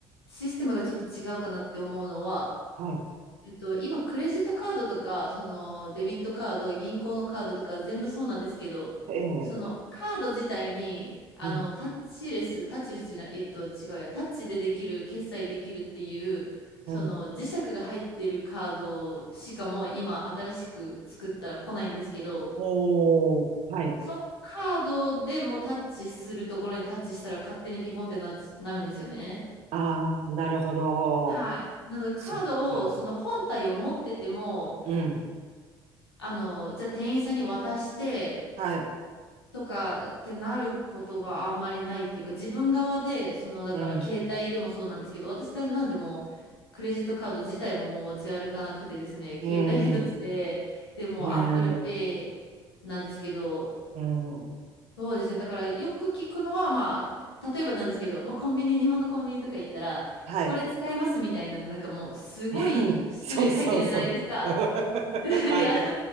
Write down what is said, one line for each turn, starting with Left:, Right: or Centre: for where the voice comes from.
Left: システムがちょっと違うかなって思うのは、
Right: はい
Left: えっと、今、クレジットカードとか、その、デビットカード、銀行のカードとか、全部そうなんですけど、
Right: ええ、
Left: その、カード自体に、あの、
Right: うん、
Left: タッチレス、タッチレスじゃない、えっと、違うや、タッチでできる、決済できるっていう、その、
Right: うん。
Left: 磁石が入ってるカードしかもう今、新しく作ったら来ないんですけど、
Right: おお、はい。
Left: そのカードでもタッチするところにタッチしたら勝手にピコンってなっち、なるんですよね。
Right: ああ、なるほど。
Left: はい。なのでカードをその本体を持ってても
Right: そうか。うん。
Left: あの、じゃあ店員さんに渡して
Right: はい。
Left: とかってなることがあんまりないっていうか、自分側で、その、だから携帯でもそうなんですけど、
Right: うん。
Left: 私だ、なんでもうクレジットカード自体ももう持ち歩かなくてですね、
Right: うん。
Left: 携帯一つで、でもう
Right: うん。
Left: Apple Pay なんですけど、
Right: うん。
Left: そうですね。だからよく聞くのは、まあ、例えばなんですけど、まあ、コンビニ、日本のコンビニとか行ったら、
Right: はい。
Left: これ使えますみたいな、なんかもう、すごい種類書いてるじゃないですか。
Right: <laughs> うんそうそうそう。<laughs>
Left: <laughs>
Right: はい。
Left: いや、